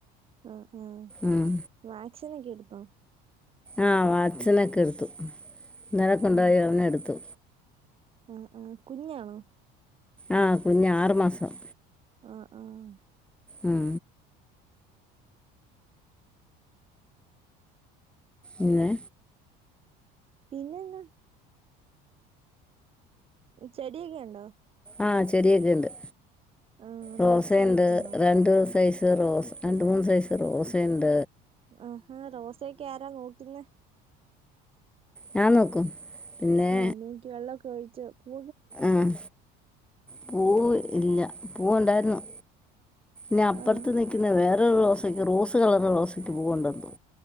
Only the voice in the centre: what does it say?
ഉം
ആഹ് വാക്സ്നൊക്കെ എടുത്തു ഇന്നലെ കൊണ്ടോയി
അവനെ എടുത്തു
ആഹ് കുഞ്ഞാറ് മാസം
ഉം ഇല്ല
ആഹ് ചെടിയൊക്കെ ഉണ്ട്
റോസ ഉണ്ട് രണ്ട് സൈസ് റോസ രണ്ട് മൂന്ന് സൈസ് റോസ ഉണ്ട്
ഞാൻ നോക്കും പിന്നെ
ഉം പൂവ് ഇല്ല പൂവുണ്ടായിരുന്നു ന്നാ അപ്പുറത്ത്
നിൽക്കുന്ന വേറൊരു റോസയ്ക്ക് റോസ് കളർള്ള റോസക്ക് പോവണ്ടന്തോ